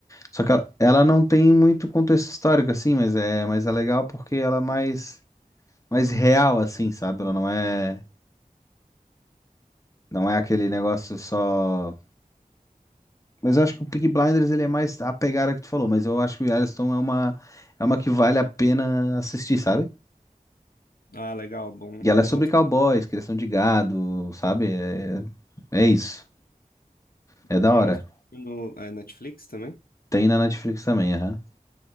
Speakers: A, on the left; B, on the left.
A: Só que ela, ela não tem muito contexto histórico assim, mas é, mas é legal porque ela é mais, mais real assim, sabe? Ela não é, não é aquele negócio só. Mas eu acho que o Peaky Blinders ele é mais a pegada que tu falou, mas eu acho que o Yellowstone é uma, é uma que vale a pena assistir, sabe?
B: Ah, legal, bom,
A: E ela
B: bom.
A: é sobre cowboys, criação de gado, sabe? É, é isso. É da
B: E
A: hora.
B: elas no é, Netflix também?
A: Tem na Netflix também, aham.